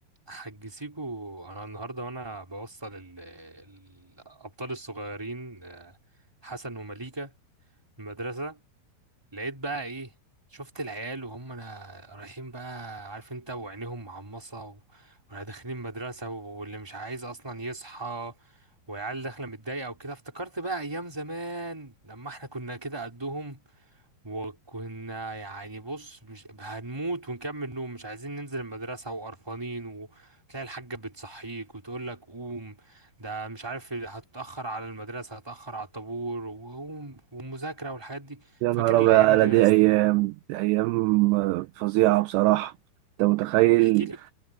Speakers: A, in the centre; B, on the right.
A: حجزيكوا انا النهارده وانا بوصل ال- الابطال الصغيرين آه، حسن ومليكة المدرسه لقيت بقى ايه شفت العيال وهم انا رايحين بقى عارف انت وعينيهم معمصه و- وانا داخلين مدرسه واللي مش عايز اصلا يصحى وعيال داخله متضايقه وكده افتكرت بقى ايام زمان لما احنا كنا كده قدهم وكنا يعني بص مش هنموت ونكمل نوم مش عايزين ننزل المدرسة وقرفانين وتلاقي الحاجة بتصحيك وتقول لك قوم ده مش عارف هتتأخر على المدرسة هتتأخر على الطابور وقوم ومذاكرة والحاجات دي
B: يا
A: فاكر
B: نهار
A: الأيام
B: أبيض على
A: دي يا
B: دي
A: اسطى
B: أيام دي أيام فظيعة بصراحة أنت متخيل
A: احكي لك